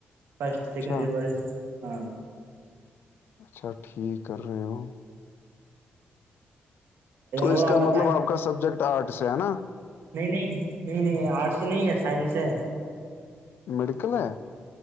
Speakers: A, on the right; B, on the left.
A: فرٹ
B: اچھا
A: سیکڈ ب ہاں
B: اچھا ٹھیک کر رہے ہو تو اس
A: اور آپ
B: کا
A: بتائیں
B: مطلب آپ کا سبجیکٹ آٹس ہے نا
A: نہیں نہیں نہیں نہیں آرٹس نہیں ہے سائنس سے
B: میڈیکل ہے